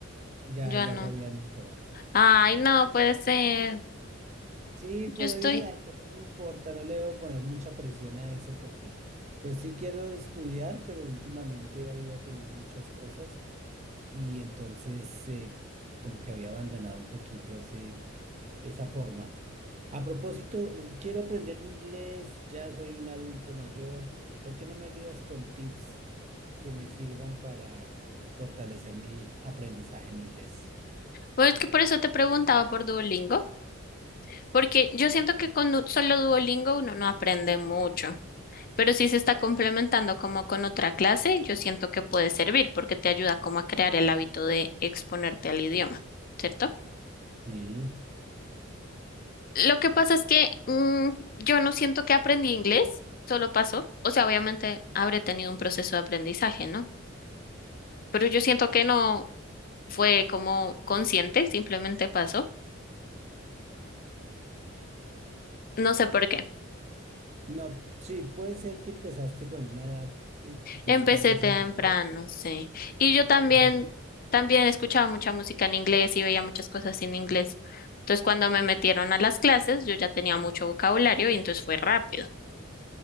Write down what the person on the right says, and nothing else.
Ya,
ya
se habían acabado.
Sí,
pero
dije, ay, pero no importa, no le debo poner mucha presión a eso porque pues sí quiero estudiar, pero últimamente había tenido muchas cosas y entonces eh, como que había abandonado un poquito ese, esa forma. A propósito, eh, quiero aprender inglés, ya soy un adulto mayor, ¿por qué no me ayudas con tips que me sirvan para fortalecer mi aprendizaje en inglés?
Sí.
No, sí, puede ser que empezaste con una edad eh, que
tal vez
ayudó,
empezaste.